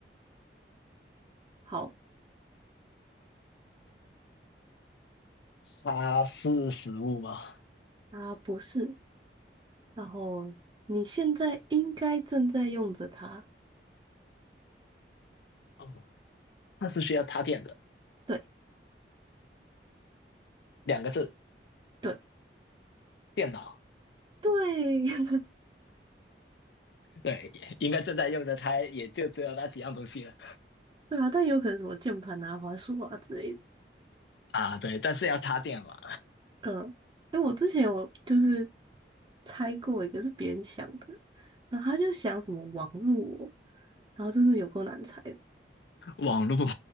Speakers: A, on the right; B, on the left.
A: 好，
B: 它是食物吗？
A: 啊，不是，然后你现在应该正在用着它。
B: 哦，它是需要插电的。
A: 对
B: 两个字，
A: 对
B: 电脑。
A: 对，
B: 对，应该正在用的它也就只有那几样东西了
A: <laughs> 对啊，但有可能什么键盘啊、滑鼠啊之类的。
B: 啊。对，但是要插电嘛，
A: 嗯，因为我之前有就是猜过一个是别人想的，然后他就想什么网络哦然后真的有够难猜的。
B: 网络